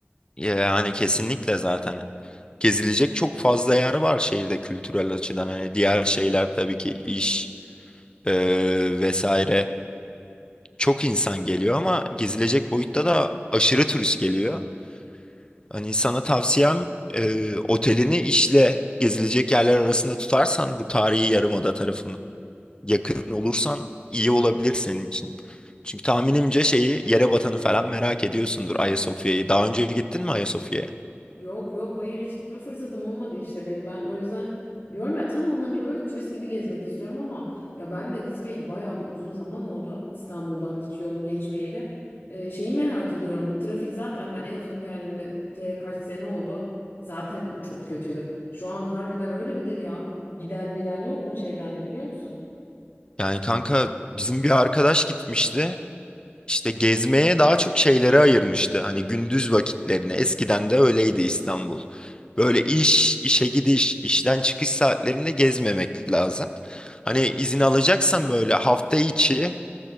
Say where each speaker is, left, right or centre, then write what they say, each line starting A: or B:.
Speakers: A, on the left; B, on the left.
A: Yani kesinlikle zaten gezilecek çok fazla yer var şehirde kültürel açıdan. Hani diğer şeyler tabii ki iş e, vesaire. Çok insan geliyor ama gezilecek boyutta da aşırı turist geliyor. Hani sana tavsiyem e, otelini işle gezilecek yerler arasında tutarsan bu tarihi yarımada tarafını yakın olursan iyi olabilir senin için. Çünkü tahminimce şeyi Yerebatan'ı falan merak ediyorsundur Ayasofya'yı. Daha önce gittin mi Ayasofya'ya?
B: Yok yok hayır hiç gitme fırsatım olmadı işte benim ben o yüzden diyorum ya tam anlamıyla böyle turist gibi gezmek istiyorum ama ya ben de gitmeyeli bayağı bir uzun zaman oldu İstanbul'dan hiç yolum geçmeyeli. Ee, şeyi merak ediyorum bu trafik zaten ben en son geldiğimde te kaç sene oldu zaten çok kötüydü. Şu an harbiden öyle midir ya? Giden miden yok mu çevrende biliyor musun?
A: Yani kanka bizim bir arkadaş gitmişti. işte gezmeye daha çok şeylere ayırmıştı. Hani gündüz vakitlerini. Eskiden de öyleydi İstanbul. Böyle iş, işe gidiş, işten çıkış saatlerinde gezmemek lazım. Hani izin alacaksan böyle hafta içi,